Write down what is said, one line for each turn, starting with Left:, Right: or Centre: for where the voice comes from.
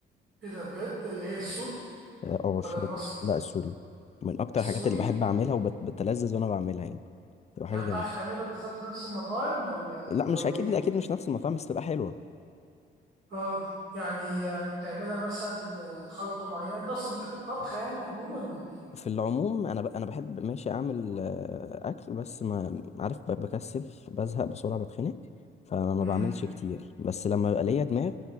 Right: ايه ده بجد اللي هي السوري
Left: اه آه، الشاورما
Right: ولا المصري
Left: الس- لا السوري من اكتر
Right: السوري
Left: الحاجات اللي بحب اعملها وبتلذذ وانا بعملها يعني بتبقى
Right: يعني
Left: حاجه جميله
Right: بتعرف تعملها بالظبط نفس المطاعم ولا
Left: لا مش
Right: ولا
Left: اكيد
Right: ايه
Left: اكيد مش نفس المطعم بس بتبقى حلوه
Right: اه يعني يعني بتعملها مثلا خلطة معينة انت اصلا بتحب الطبخ يعني عموما ولا ايه
Left: في العموم انا ب... انا بحب ماشي اعمل آه، اكل بس ما عارف ب- بكسل بزهق بسرعه بتخنق فما
Right: مم.
Left: بعملش كتير بس لما بقى ليا دماغ